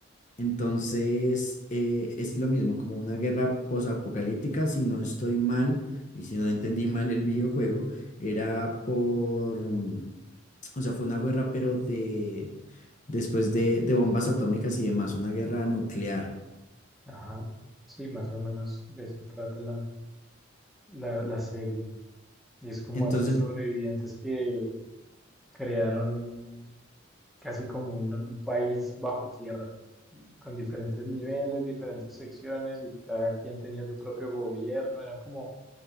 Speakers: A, on the left; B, in the centre.
A: Entonces, eh, es lo mismo, como una guerra posapocalíptica, si no estoy mal y si no entendí mal el videojuego, era por, mm, o sea, fue una guerra, pero de, después de, de bombas atómicas y demás, una guerra nuclear.
B: Ajá. Sí, más o menos de eso trata la, la, la serie. Y es como
A: Entonces,
B: esos sobrevivientes que crearon casi como un, un país bajo tierra, con diferentes niveles, diferentes secciones y cada quien tenía su propio gobierno, eran como